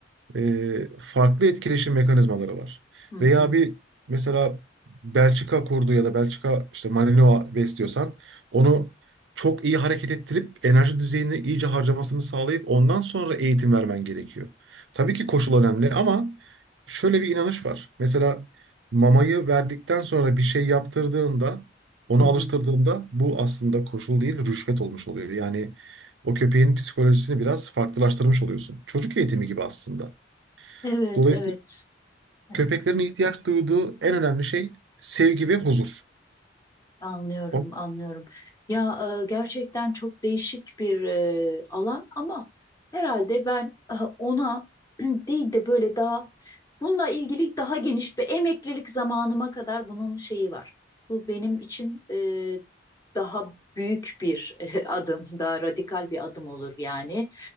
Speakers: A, on the right; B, on the left.
A: e, farklı etkileşim mekanizmaları var.
B: Hı hı,
A: Veya bir mesela Belçika kurdu ya da Belçika işte Malinois besliyorsan onu çok iyi hareket ettirip enerji düzeyini iyice harcamasını sağlayıp ondan sonra eğitim vermen gerekiyor. Tabii ki koşul önemli ama şöyle bir inanış var. Mesela mamayı verdikten sonra bir şey yaptırdığında onu
B: hı hı.
A: alıştırdığında bu aslında koşul değil rüşvet olmuş oluyor. Yani o köpeğin psikolojisini biraz farklılaştırmış oluyorsun. Çocuk eğitimi gibi aslında.
B: Evet,
A: Dolayısıyla
B: evet, evet.
A: köpeklerin ihtiyaç duyduğu en önemli şey sevgi ve huzur.
B: Anlıyorum,
A: O,
B: anlıyorum. Ya e, gerçekten çok değişik bir e, alan ama herhalde ben e, ona <clears throat> değil de böyle daha bununla ilgili daha geniş bir emeklilik zamanıma kadar bunun şeyi var. Bu benim için e, daha büyük bir <laughs> adım, daha radikal bir adım olur yani.